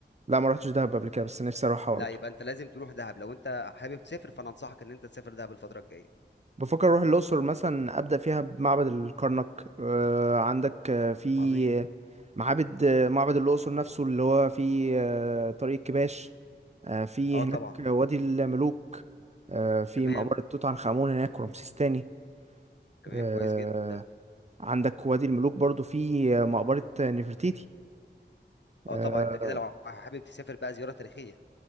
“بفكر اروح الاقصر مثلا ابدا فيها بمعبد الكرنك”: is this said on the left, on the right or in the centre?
Right